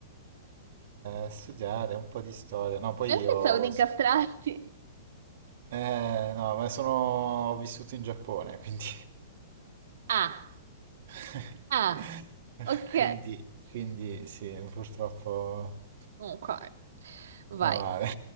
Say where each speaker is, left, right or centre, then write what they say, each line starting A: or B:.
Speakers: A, on the right; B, on the right.
A: eh, studiare un po' di storia. No, poi
B: Ma Io
A: io...
B: pensavo di incastrarti.
A: Eh, no, ma sono... ho vissuto in Giappone, quindi...
B: Ah,
A: <laughs>
B: ah, ok,
A: Quindi, quindi sì, purtroppo...
B: ok, vai.
A: Cavale.